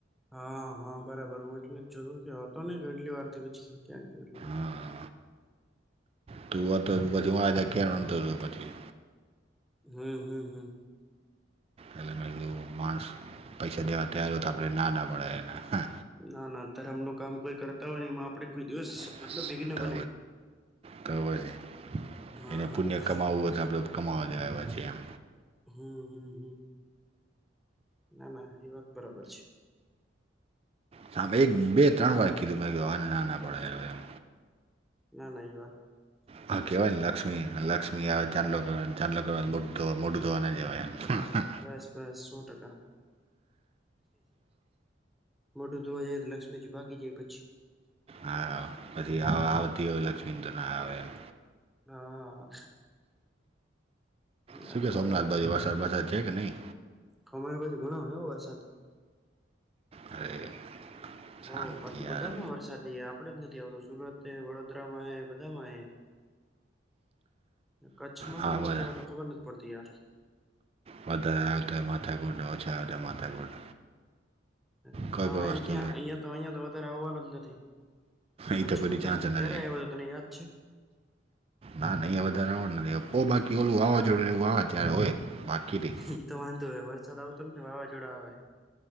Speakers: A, in the centre; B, on the right (about 30°).
A: હા હા બરાબર હું એટલે જો ક હતો નહ ગટલી વાર થી પછી ક્યાં ગય એટલે.
B: હા તુંતો ત પછી હજ કેતો તું પછી.
A: હમ હમ હમ.
B: એટલે મેં કીધું માણસ પૈસા દેવા તૈાર હોય તો આપણે ના ના પડે એને હે.
A: ના ના ધરમ ન કામ કોઈ કરતા હોય ને એમાં આપડે કોઈ દિવસ.
B: તર
A: મતલબ વિઘ્ન
B: છે
A: બનાવી
B: તવય છે
A: હા
B: એને પુણ્ય
A: હા
B: કમાવવું હોય તો આપણે. કમાાવવા દેવા પછી એમ.
A: હમ હમ હમ. ના ના એ વાત. બરાબર છે
B: સાભ એક બે ત્રણ વાર કીધું મેં ગ અને નાના પડ એમ
A: ના ના એવાત.
B: હા કહેવાય ને લક્ષ્મી લક્ષ્મી આવે. ચાદલો ચાદલો મોટ ધવા મોઢ ધોવાના જેવા.
A: બસ બસ સો ટકા મોઢું ધોવા જઈ. લક્ષ્મી જી ભાગી જાય પછી
B: હા પછી આવતી હોય લક્ષ્મી તો ના આવે એમ
A: હા ના
B: શું
A: ના
B: કે સોમનાથ
A: બરાબર
B: ભાઈ વરસાદ વરસાદ છે કે નહી
A: ખમારી બાજુ ઘણો હોયો વરસાદ
B: અરે
A: હ
B: શાંતિ
A: બાકી
B: યાર.
A: બધામાં વરસાદી આપડે જ નથી આવતો સુરત વડોદરામાં હે બધામાં હે કચ્છમાં
B: હા
A: કેમ નથી
B: વધારે
A: આવતો ખબર નથી પડતી યાર
B: વધારે આવે તોય માથાકુટ ઓછા આવે તોય માથાકૂટ
A: <unintelligible>
B: કોઈ
A: ભાવ
B: પણ
A: અહીંયા
B: વસ્તુ
A: ક્યા અહીંયા તો અહિયાં તો વધારે આવવાનું જ નથી કચ્છમાં
B: એ તો કોઈ દી
A: ક્યાં
B: ચાન્સ જ નથી.
A: ક્યારે આવ્યો તો તને યાદ છે
B: ના અંયા વધારે આવવા નથી બઉ બાકી ઓલું વાવાઝોડે ને એવું વાવા ત્યારે હોય બાકી તી
A: ઈ તો વાંધો હોય વરસાદ આવતો ને વાવાઝોડા આવે